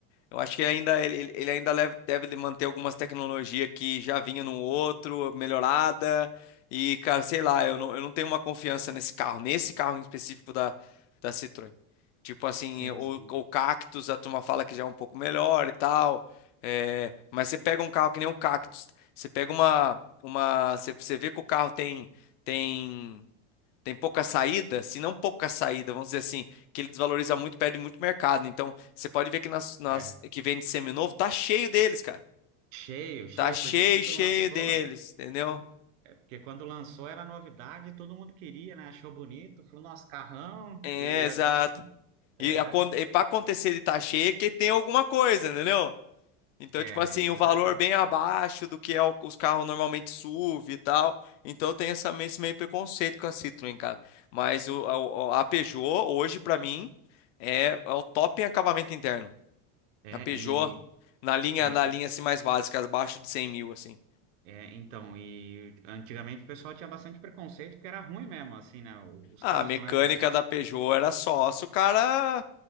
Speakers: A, on the left (about 70°); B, on the right (about 70°).
A: Eu acho que ainda ele, ainda, ele- ele ainda leve- deve manter algumas tecnologias que já vinha no outro, melhorada. E, cara, sei lá, eu não, eu não tenho uma confiança nesse carro, nesse carro em específico da, da Citroën. Tipo assim,
B: Sim,
A: o,
B: sim,
A: o Cactus, a turma fala que já é um pouco melhor e tal. é, mas você pega um carro que nem o Cactus, você pega uma, uma, você, você vê que o carro tem, tem tem pouca saída, se não pouca saída, vamos dizer assim, que ele desvaloriza muito, perde muito mercado. Então, você pode ver que nas, nas
B: é.
A: que vende seminovo, tá cheio deles, cara.
B: Cheio, cheio,
A: Tá cheio,
B: porque quando
A: cheio
B: lançou,
A: deles, entendeu?
B: porque quando lançou era novidade, todo mundo queria, né? Achou bonito, falou, nossa, carrão,
A: É,
B: e
A: exato.
B: agora.
A: E,
B: É,
A: acon- e para acontecer de tá cheio é que tem alguma coisa, entendeu? Então,
B: é,
A: tipo assim,
B: isso
A: o valor
B: é verdade.
A: bem abaixo do que é o- os carros normalmente SUV e tal. Então tem essa, esse meio preconceito com a Citroën, cara. Mas o, a, o- a Peugeot, hoje, pra mim, é, é o top em acabamento interno.
B: É,
A: Na Peugeot,
B: e.
A: na linha,
B: É,
A: na linha assim mais básica, abaixo de 100 mil, assim.
B: é, então, e antigamente o pessoal tinha bastante preconceito porque era ruim mesmo, assim, né? Os
A: Ah,
B: carros
A: A mecânica
B: não eram.
A: da Peugeot era só se o cara